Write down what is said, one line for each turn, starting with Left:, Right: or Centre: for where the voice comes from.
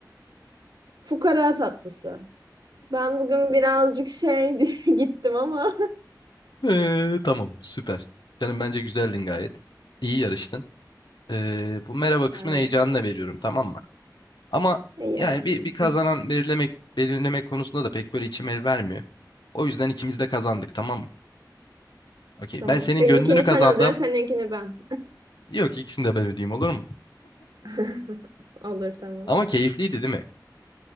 Right: Fukara tatlısı. Ben bugün birazcık şey <laughs> diye gittim ama.
Left: Eee, tamam, süper. Canım bence güzeldin gayet. İyi yarıştın. Eee, bu merhaba kısmını
Right: Sağ
Left: heyecanına
Right: olun.
Left: veriyorum, tamam mı? Ama
Right: E yani.
Left: yani bir, bir kazanan belirlemek belirlemek konusunda da pek böyle içim el vermiyor. O yüzden ikimiz de kazandık, tamam mı? Okey,
Right: Tamam.
Left: ben senin
Right: Benimkini
Left: gönlünü kazandım.
Right: sen öde, seninkini ben.
Left: Yok, ikisini de ben ödeyeyim olur mu?
Right: <laughs> Olur tamam.
Left: Ama keyifliydi değil mi?